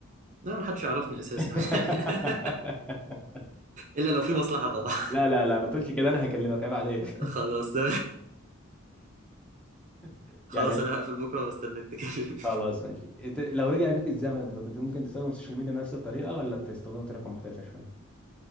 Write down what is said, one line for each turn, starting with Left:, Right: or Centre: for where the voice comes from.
Right: لا محدش يعرفني اساسا
Centre: <laughs>
Right: <laughs> الا لو في مصلحه طبعا
Centre: لا لا لا ما تقولش كده انا هكلمك عيب عليك
Right: <laughs> خلاص <laughs>
Centre: <laughs>
Right: خلاص
Centre: يعني ال-
Right: انا هقفل بكره واستناك تكلم
Centre: خلاص ماشي إت- لو رجع بيك الزمن كنت ممكن تستخدم السوشيال ميديا بنفس الطريقه ولا تستخدمها بطريقه مختلفه شويه